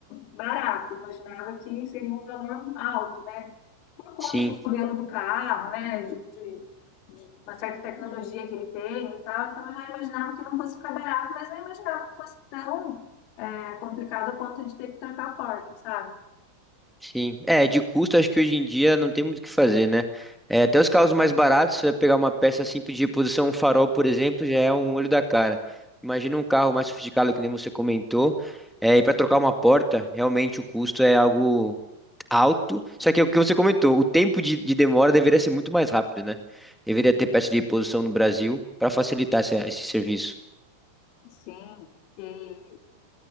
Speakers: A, on the left; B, in the centre.
A: barato, imaginava que seria um valor alto, né? Por conta
B: sim.
A: do modelo do carro, né? De, de- de uma certa tecnologia que ele tem e tal. Então, eu já imaginava que não fosse ficar barato, mas não imaginava que fosse tão é, complicado a ponto de ter que trancar a porta, sabe?
B: Sim, é, de custo acho que hoje em dia não tem muito o que fazer, né? É, até os carros mais baratos, você vai pegar uma peça simples de reposição, um farol, por exemplo, já é um olho da cara. Imagina um carro mais sofisticado, que nem você comentou, é, e para trocar uma porta, realmente o custo é algo alto, só que é o que você comentou, o tempo de, de demora deveria ser muito mais rápido, né? Deveria ter peça de reposição no Brasil para facilitar esse, esse serviço.
A: Sim. E